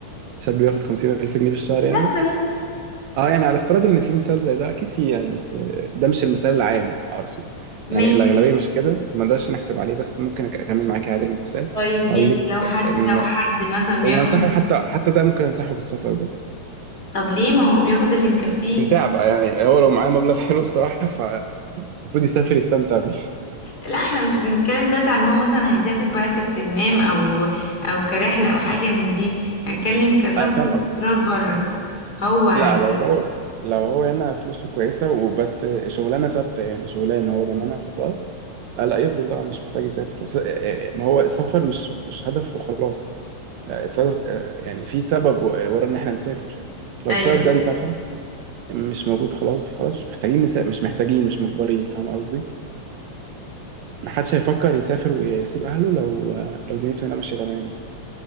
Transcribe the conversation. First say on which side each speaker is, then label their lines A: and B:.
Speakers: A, on the right; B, on the left.
A: شاب ياخد 50000 جنيه في الشهر
B: مثلا
A: يعني اه يعني على افتراض ان في مثال زي ده اكيد في يعني بس آه، ده مش المثال العام آه، اقصد يعني
B: ماشي
A: الاغلبيه مش كده ما نقدرش نحسب عليه بس ممكن أك- اكمل معاك عادي المثال
B: طيب ماشي
A: هقول لك
B: لو حد
A: ان
B: لو حد مثلا بياخد
A: يعني انصحه حتى حتى ده ممكن انصحه بالسفر برضه
B: طب ليه ما هو بياخد اللي مكفيه
A: استمتاع بقى يعني هو لو معاه مبلغ حلو الصراحه فالمفروض يسافر يستمتع بيه
B: لا احنا مش بنتكلم دلوقتي عن ان هو مثلا هيسافر بقى كاستجمام او او كرحلة او حاجة من دي هنتكلم كسفر
A: آه، فاهم
B: واستقرار
A: قصدك
B: بره هو هي
A: لا لو هو لو هو هنا فلوسه كويسة وبس شغلانة ثابتة يعني شغلانة هو ضامنها خلاص آه، لا يفضل طبعا مش محتاج يسافر بس آه، آه، آه، ما هو السفر مش مش هدف وخلاص آه، السبب آه، يعني في سبب ورا ان احنا نسافر لو
B: ايوه
A: السبب ده انتفى مش موجود خلاص خلاص مش محتاجين نسافر مش محتاجين مش مجبرين فاهم قصدي؟ محدش هيفكر يسافر ويسيب اهله لو آه، لو دنيته هنا ماشية تمام يعني